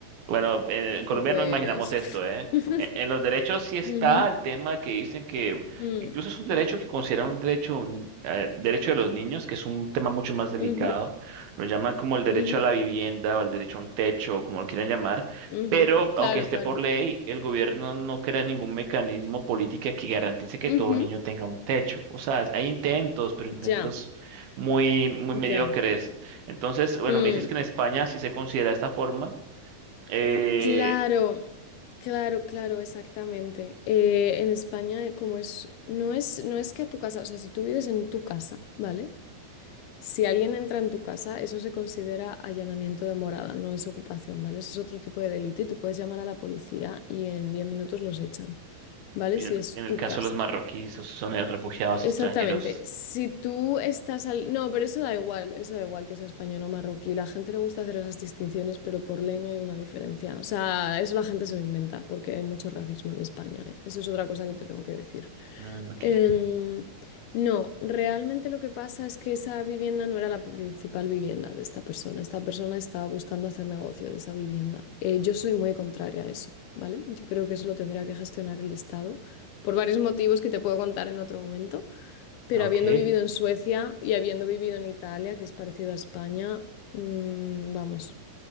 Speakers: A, on the right (about 70°); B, on the left (about 80°).
A: Bueno, en, en Colombia
B: Y pues.
A: no imaginamos esto, ¿eh?
B: <laughs>
A: En, en los derechos sí está
B: ujú,
A: el tema que dicen que
B: mm,
A: incluso es un derecho que consideran un derecho, un eh, derecho de los niños, que es un tema mucho más delicado.
B: ujú,
A: Lo llaman como el derecho
B: ujú,
A: a la vivienda o el derecho a un techo, como lo quieran llamar.
B: ujú,
A: Pero aunque
B: Claro,
A: esté
B: claro.
A: por ley, el gobierno no crea ningún mecanismo política que garantice que
B: ujú,
A: todo niño tenga un techo. O sea, hay intentos, pero intentos
B: Ya,
A: muy, muy mediocres.
B: ya.
A: Entonces, bueno,
B: mm,
A: me dices que en España sí se considera esta forma. Eh,
B: Claro, claro, claro, exactamente. Eh, en España, eh, como es, no es, no es que a tu casa, o sea, si tú vives en tu casa, ¿vale? Si alguien entra en tu casa, eso se considera allanamiento de morada, no es ocupación, ¿vale? Eso es otro tipo de delito y tú puedes llamar a la policía y en 10 minutos los echan. ¿vale?
A: y
B: Si
A: en el
B: es
A: en el
B: tu
A: caso
B: casa.
A: de los marroquíes, esos son eh, refugiados
B: Exactamente.
A: extranjeros.
B: Si tú estás al... No, pero eso da igual, eso da igual que sea español o marroquí. La gente le gusta hacer esas distinciones, pero por ley no hay una diferencia. O sea, eso la gente se lo inventa porque hay mucho racismo en España, ¿eh? Eso es otra cosa que te tengo que decir.
A: Mm, ok,
B: Em, no, realmente lo que pasa es que esa vivienda no era la principal vivienda de esta persona. Esta persona estaba buscando hacer negocio de esa vivienda. Eh, yo soy muy contraria a eso, ¿vale? Yo creo que eso lo tendría que gestionar el Estado por varios motivos que te puedo contar en otro momento, pero
A: ok.
B: habiendo vivido en Suecia y habiendo vivido en Italia, que es parecido a España, mm, vamos,